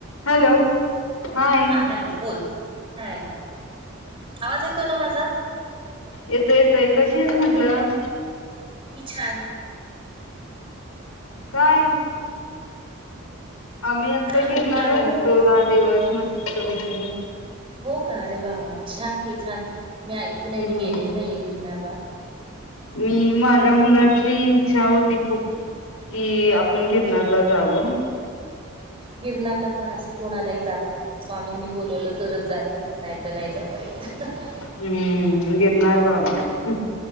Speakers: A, on the left; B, on the right.
A: Hello hi
B: हा hello बोल हा आवाज येतो ना माझा
A: येत येतय कशी आहेस म्हंटलं
B: मिछाल
A: काय आम्ही आता
B: काय
A: गिरणारला
B: मग काय बोलतीस
A: गेलतो दहा दिवस मस्त बैगी
B: हो का अ रे वा वा छान की छान मी ऐकूनय
A: हम्म
B: मी गेलेल नाही गिरणाला
A: मी माझ्या मुलाची
B: तिथं
A: इच्छा होती ती खूप ती आपण गिरनला जावं
B: गिरनारला पण असं कोणालाही जाता येत नाही स्वामींनी बोलवलं तरच जाता येत नाहीत नाही जाता येत ह
A: हम्म घिरणारार बाबाू